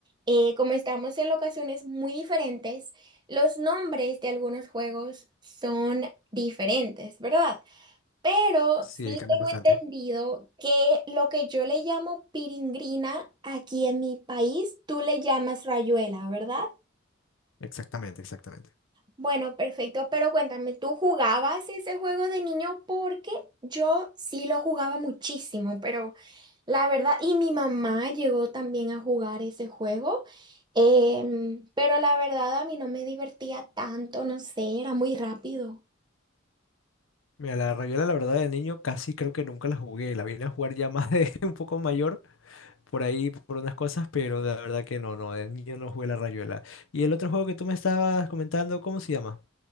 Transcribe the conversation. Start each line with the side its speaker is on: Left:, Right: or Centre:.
Right: eh, como estamos en locaciones muy diferentes, los nombres de algunos juegos son diferentes, ¿verdad? Pero
Left: Sí,
Right: sí
Left: cambian
Right: tengo
Left: bastante.
Right: entendido que lo que yo le llamo piringrina aquí en mi país, tú le llamas rayuela, ¿verdad?
Left: Exactamente, exactamente.
Right: Bueno, perfecto, pero cuéntame, ¿tú jugabas ese juego de niño? Porque yo sí lo jugaba muchísimo, pero... La verdad, y mi mamá llegó también a jugar ese juego, em, pero la verdad a mí no me divertía tanto, no sé, era muy rápido.
Left: Mira, la Rayuela, la verdad, de niño casi creo que nunca la jugué, la vine a jugar ya más de <laughs> un poco mayor, por ahí, por unas cosas, pero la verdad que no, no, de niño no jugué la Rayuela. ¿Y el otro juego que tú me estabas comentando, cómo se llama?